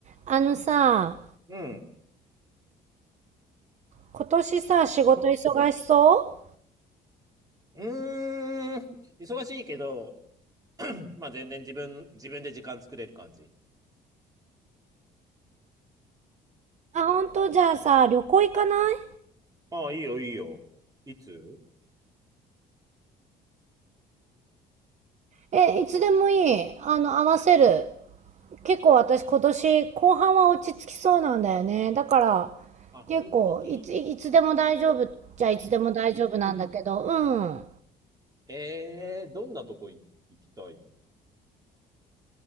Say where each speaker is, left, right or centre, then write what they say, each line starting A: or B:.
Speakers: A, on the right; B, on the right.
A: あのさ、
B: うん。
A: 今年さ、仕事忙しそう
B: うーん。忙しいけど、<clears throat> まあ全然自分、自分で時間作れる感じ。
A: あ、本当じゃあさ、旅行行かない
B: ああ、いいよ、いいよ。いつ
A: え、いつでもいい。あの、合わせる。結構私今年後半は落ち着きそうなんだよね。だから、
B: あ、本当に
A: 結構、いつ、いつでも大丈夫じゃあいつでも大丈夫なんだけど、うん。
B: ええー、どんなとこい行きたい